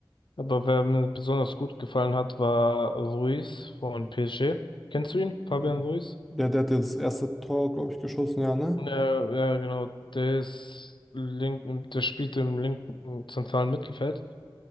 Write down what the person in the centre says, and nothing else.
Mhm.
Der, der hat jetzt das erste Tor, glaube ich, geschossen, ja, ne?